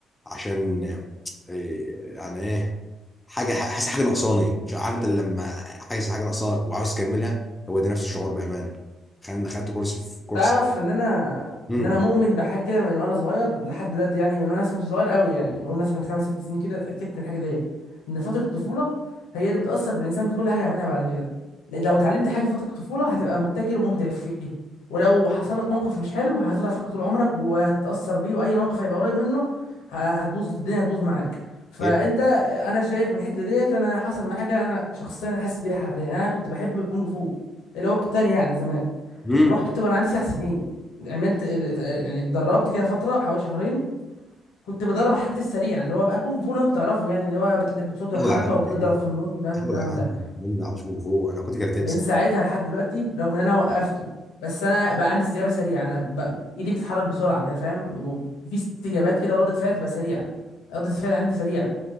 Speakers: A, on the left (about 20°); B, on the left (about 80°).
A: عشان إيه، يعني ايه حاجه حاسس حاجه ناقصاني مش عارف انت لما حاسس حاجه ناقصاك وعاوز تكملها هو ده نفس الشعور بامانه خدنا خدت كورس في كورس
B: تعرف ان انا
A: امم
B: ان انا مؤمن بحاجه كده من وانا صغير لحد دلوقتي يعني من وانا مثلا مش صغير قوي يعني من مثلا من خمس ست سنين كده اتاكدت من الحاجه ديت ان فتره الطفوله هي اللي بتاثر في الانسان في كل حاجه يعملها بعد كده لأن لو اتعلمت حاجه في فتره الطفوله هتبقى مبتكر ومبدع فيه ولو حصل لك موقف مش حلو هتفضل فاكره طول عمرك وهتتاثر بيه واي موقف هيبقى قريب منه ه- هتبوظ الدنيا هتبوظ معاك فانت
A: ايه
B: انا شايف من الحته ديت انا حصل معايا كده انا شخصيا حاسس بيها حاليا انا كنت بحب الكونج فو اللي هو القتال يعني زمان
A: امم
B: رحت وانا عندي تسع سنين عملت يعني اتدربت كده فتره حوالي شهرين كنت بدرب على الحاجات السريعه اللي هو بقى كونج فو لو انت تعرفه يعني اللي هو بت- بتصد الحركه
A: ايوه يا عم
B: وبتضرب
A: إيه؟
B: في النص مش عارف
A: ايوه
B: الكلام
A: يا عم
B: ده
A: مين ما يعرفش كونغ فو انا كنت كاراتيه
B: من
A: بس
B: ساعتها لحد دلوقتي رغم ان انا وقفته بس انا بقى عندي استجابه سريعه انا بقى ايدي بتتحرك بسرعه كده فاهم وفي استجابات كده وردة فعل بتبقى سريعه ردة الفعل عندي سريعه